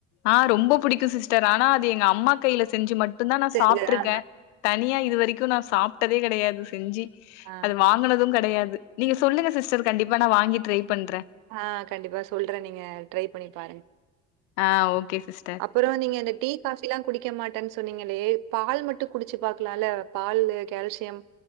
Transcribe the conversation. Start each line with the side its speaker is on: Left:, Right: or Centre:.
Left: ஆ ரொம்ப புடிக்கு சிஸ்டர் ஆனா அது எங்கம்மா கையில செஞ்சு மட்டுந் தா நா
Right: தெரிஞ்ச
Left: சாப்ட்டுருக்கே
Right: ஆ
Left: தனியா இது வரைக்கு நா சாப்ட்டதே கெடையாது செஞ்சு
Right: ஆ
Left: அத வாங்குனது கெடையாது நீங்க சொல்லுங்க சிஸ்டர் கண்டிப்பா நா வாங்கி ட்ரை பண்ற
Right: அ கண்டிப்பா சொல்ற நீங்க ட்ரை பண்ணி பாருங்க
Left: அ ஓகே சிஸ்
Right: அப்போறோ நீங்க இந்த டீ கா பிலா குடிக்க மாட்டன் சொன்னீங்கலே பால் மட்டு குடிச்சு பாக்லால பால்லு கால்சியம்